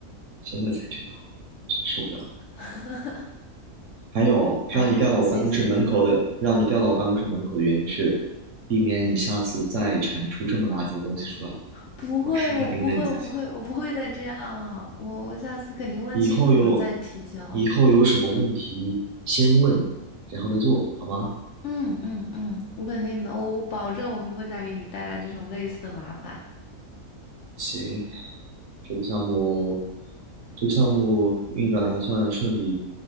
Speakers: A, on the right; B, on the left.
A: 现在才知道，真受不了了
B: <laughs>
A: 还有，
B: 还是很谢谢你的。
A: 让你调到我办公室门口的，让你调到我办公室门口的原因是，避免你下次再产出这么垃圾的东西出来。
B: 不会，
A: 我时刻盯着你才行。
B: 我不会，我不会，我不会再这样了。我我下次肯定问清楚了再提交。
A: 以后有，以后有什么问题先问，然后再做，好吗？
B: 嗯嗯嗯，我肯定的，我我保证我不会再给你带来这种类似的麻烦。
A: 行，这个项目，这个项目运转的还算顺利，